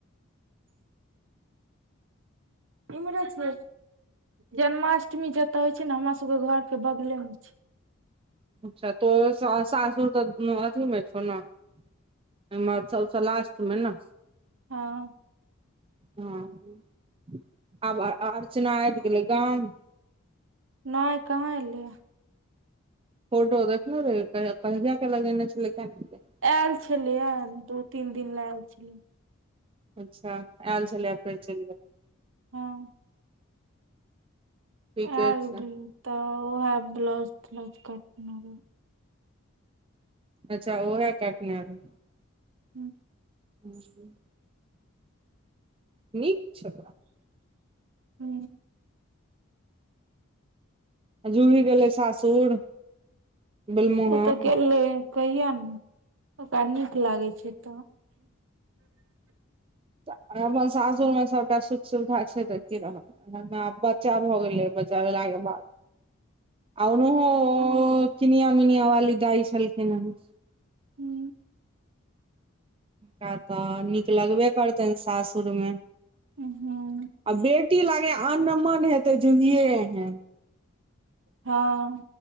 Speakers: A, on the right (about 25°); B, on the right (about 65°).
A: <unintelligible>
B: इम्हरे छय जन्माष्टमी जतय होइ छै न हमरा सबके घर के बगले मे छै
A: अच्छा त सा-सासू तऽ अथि मे छौ न <unintelligible> सबस लास्ट मे न
B: हँ
A: हं आब अर्चना आबि गेलै गाम
B: नय कहाँ एलैए
A: फोटो देखने रहियइ कहिआ कहिया के लगेने छलै कियाने गेले
B: एल छलै ए दू तीन दिन लऽ एल छलय
A: अच्छा एल छलै फेर चलि गेलय
B: हँ
A: ठीके
B: एल
A: छै
B: रही त ओहे ब्लाउज त्लाउज कटने रहय
A: अच्छा ओहै कटने रहय
B: हू
A: हं नीक छल
B: हूँ
A: आ जुली गेलै सासुर बिलमोहन
B: ओ तऽ गेलै कहिया नय ओकरा नीक लागै छै तऽ
A: अपन सासुरमे सबटा सुख सुविधा छै तऽ के रहत <unintelligible> बच्चा भऽ गेलै बचा भेलाके बाद आ ओनहो
B: हूँ,
A: किनिया मिनिया वाली दाइ छलखिन हैं
B: हूँ
A: रा तऽ नीक लगबे करतनि सासुरमे
B: उ हूँ
A: आ बेटी लागे अन मन हेतै जुहिए एहन
B: हँ